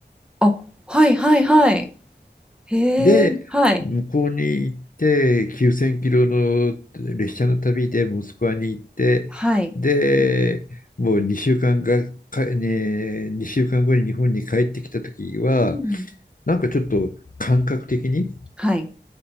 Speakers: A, in the centre; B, on the left.
A: あはいはいはいへえはい
B: で、向こうに行って、9000キロの列車の旅でモスクワに行って、
A: はい
B: で、もう2週間が、か、ね、2週間後に日本に帰ってきた時は、
A: うん
B: なんかちょっと感覚的に、
A: はい